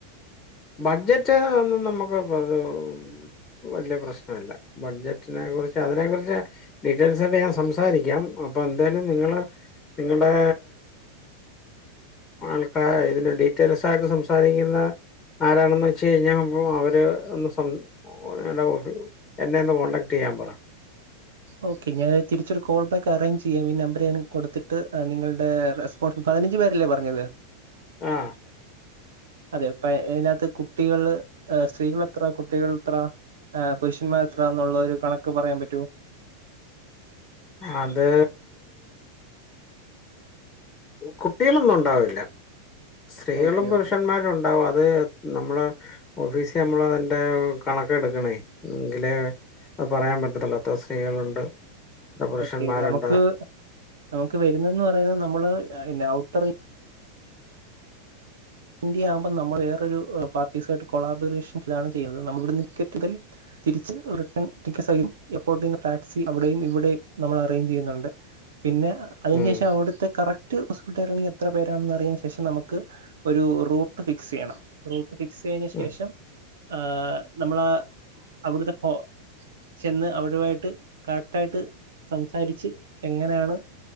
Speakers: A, on the left; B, on the right.
A: ബഡ്ജറ്റ് ഒന്നും നമുക്ക് <unintelligible> വല്ല്യ പ്രശ്നല്ല. ബഡ്ജറ്റിനെ കുറിച്ച് അതിനെ കുറിച്ച്. ഡീറ്റെയിൽസൊക്കെ ഞാൻ സംസാരിക്കാം. അപ്പൊ എന്തായാലും നിങ്ങള്. നിങ്ങൾടെ ആൾക്കാർ ഇതിന്റെ ഡീറ്റെൽസായിട്ട് സംസാരിക്കുന്ന. ആരാണെന്ന് വെച്ച് കഴിഞ്ഞാ അപ്പം അവര് ഒന്ന് സം <inaudible> എന്നെ ഒന്ന് കോൺടാക്ട് ചെയ്യാൻ പറ.
B: ഓക്കെ ഞാൻ തിരിച്ചൊരു കോൾ ബാക്ക് അറേഞ്ച് ചെയ്യാം. ഈ നമ്പർ ഞൻ കൊടുത്തി. ട്ട് നിങ്ങളുടെ റെസ്പോൺസ് പതിനഞ്ച് പേരല്ലേ പറഞ്ഞത്
A: ആഹ്
B: അതെ പ്പ അയിനകത്ത് കുട്ടികള് സ്ത്രീകളെത്ര കുട്ടികളെത്ര ആഹ് പുരുഷന്മാരെത്രാന്നുള്ള ഒരു കണക്കുപറയാൻ പറ്റുവോ
A: അത് കുട്ടികളൊന്നുണ്ടാവില്ല. സ്ത്രീകളും
B: ഓക്കെ
A: പുരുഷന്മാരുണ്ടാവും
B: ഓക്കെ
A: അത്. നമ്മള് ഓഫീസി നമ്മളതിൻ്റെ കണക്കെടുക്കണേ എങ്കിലേ അഹ്പറയാൻ പറ്റത്തുള്ളൂ എത്ര സ്ത്രീകളുണ്ട് എത്ര പുരുഷന്മാരുണ്ട്.
B: ഓക്കെ നമുക്ക് നമുക്ക് വരുന്നതെന്നുപറയുന്ന നമ്മള് ഔട്ടർ ഇന്ത്യ ആകുമ്പ നമ്മൾ വേറൊരു പാർട്ടീസ ആട്ട് കൊളാബറേഷൻസാണ് ചെയ്യുന്നത് നമ്മളിവിടെ നിക്കറ്റ് ടൽ തിരിച്ച് റിട്ടേൺ ടിക്കറ്റ്സഹിതം എയർപോർട്ടീന്ന്ടാക്സിയുംഅവിടെയും ഇവിടെയും നമ്മൾ അറേഞ്ച് ചെയ്യുന്നുണ്ട്. പിന്നെ അതിനു
A: ഉം.
B: ശേഷം അവിടുത്തെ കറക്റ്റ് ഹോസ്പിറ്റാരാണെങ്കിൽ എത്ര പേരാണെന്ന റിയേനു ശേഷം നമുക്ക് ഒര് റൂ ട്ട്ഫിക്സ് ചെയ്യണം. റൂട്ട് ഫിക് സാ യേ നു
A: ഉം.
B: ശേഷം ആഹ് നമ്മളവിടുന്ന്പോ ചെന്നവരുമായിട്ട് കറക്റ്റായിട്ട് സംസാരിച്ച് എങ്ങനെയാണ്